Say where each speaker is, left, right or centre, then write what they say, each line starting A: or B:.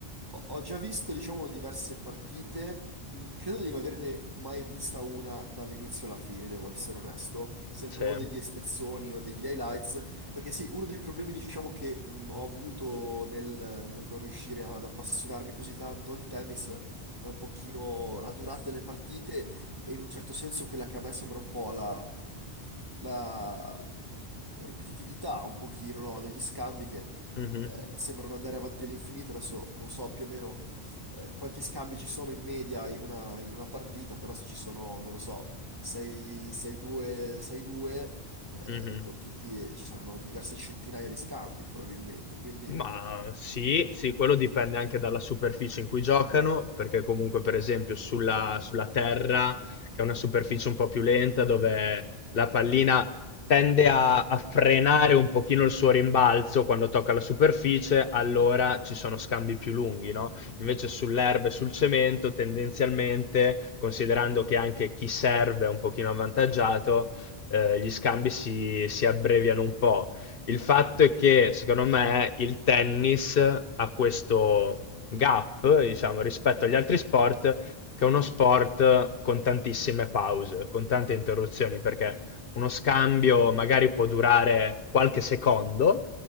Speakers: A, on the right; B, on the left.
A: Ho ho già visto, diciamo, diverse partite, mh, credo di non averne mai vista una dall'inizio alla fine, devo essere onesto, sempre
B: Sì.
A: o degli spezzoni o degli highlights, perché sì, uno dei problemi, diciamo, che mh, ho avuto nel, nel non riuscire ad appassionarmi così tanto al tennis è un pochino la durata delle partite e in un certo senso quella che a me sembra un po' la, la ripetitività, un pochino, no? Degli scambi che
B: Mhm,
A: eh, sembrano andare avanti all'infinito. Adesso non so più o meno eh, quanti scambi ci sono in media in una, in una partita, però se ci sono, non lo so, 6, 6-2, 6-2, eh,
B: mhm.
A: con tutti, eh, ci saranno diverse centinaia di scambi probabilmente. Quindi
B: Ma sì, sì, quello dipende anche dalla superficie in cui giocano, perché comunque per esempio sulla, sulla terra, che è una superficie un po' più lenta, dove la pallina tende a, a frenare un pochino il suo rimbalzo quando tocca la superficie, allora ci sono scambi più lunghi, no? Invece sull'erba e sul cemento, tendenzialmente, considerando che anche chi serve è un pochino avvantaggiato, eh, gli scambi si si abbreviano un po' Il fatto è che, secondo me, il tennis ha questo gap, diciamo, rispetto agli altri sport, che è uno sport con tantissime pause, con tante interruzioni, perché uno scambio magari può durare qualche secondo